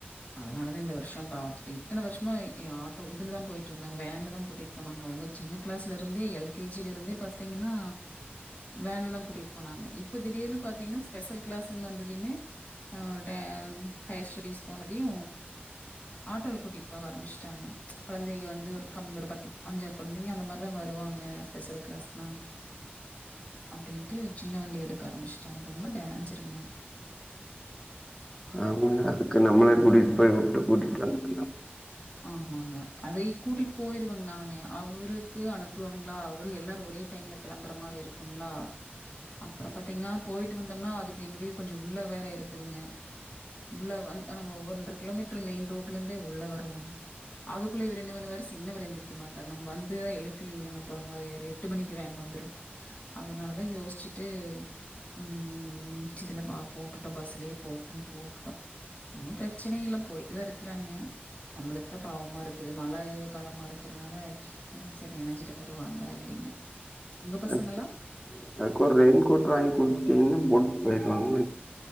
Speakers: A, on the left; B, on the left.
A: அதனாலதா இந்த வருஷம் பாத்துட்டு இத்தனை வருஷமா ஆட்டோ இதுலதா போயிட்டு இருந்தாங்க வேன்லதா கூட்டிட் போனாங்க அவங்க சின்ன கிளாஸ்ல இருந்தே எல்கேஜில இருந்தே பாத்தீங்கன்னா வேன்ல தான் கூட்டிட்டு போனாங்க இப்போ திடீர்னு பாத்தீங்கன்னா ஸ்பெஷல் கிளாஸ்ன்னு வந்ததுமே அ ஹையர் ஸ்டடிஸ் போனதையு ஆட்டோல கூட்டிகிட்டு போக ஆரம்பிச்சுட்டாங்க கொழந்தைங்க வந்து ஒரு கம் ஒரு பத்து அஞ்ச கொழந்தைங்க அந்த மாரிதா வருவாங்க ஸ்பெஷல் க்ளாஸ்னா அப்டின்ட்டு சின்ன வண்டி எடுக்க ஆரம்பிச்சுட்டாங்க ரொம்ப டேஞ்சருங்க
B: ஆமாங்க அதுக்கு நம்மளே கூட்டிட் போய் வுட்டு கூட்டிட்டு வந்துட்லா
A: ஆமாங்க அதை கூட்டிட் போயிருவங் நானே அவுருக்கு அனுப்புவேனுங்ளா அவரு எல்லாரு ஒரே டைம்ல கெளம்புற மாரி இருக்குங்ளா அப்பற பாத்திங்னா போய்ட்டு வந்தம்னா அதுக்கு எங்க வீடு கொஞ்ச உள்ள வேற இருக்குதுங்க உள்ள வந் நம்ம ஒன்ற கிலோமீட்ர் மெயின் ரோட்லந்தே உள்ள வரோணு அதுக்குள்ள இவரென்ன பண்ணுவாரு சின்னவர் எந்திரிக்க மாட்டார் நம்ம வந்துதா எழுப்பி அனுப்புற மாரியாயிரு எட் எட்டு மணிக்கு வேன் வந்துரு அதனாலதா யோசிச்சுட்டு ம் சிதுல போட்டுட்டோ பஸ்லயே போட்டுன்னு போட்டுட்டோ ஒன்னும் பிரச்சனை இல்ல போய்ட்டுதா இருக்கிறாங்க நம்மளுக்குதா பாவமா இருக்குது மழை காலமா இருக்கறனால சரி நனைஞ்சிட்டு வருவாங்க அப்டின்னு உங்க பசங்கல்லா
B: அ அது ஒரு ரெயின்கோட் வாங்கி குடுத்துட்டிங்கன்னா போட் போயிடுவாங்க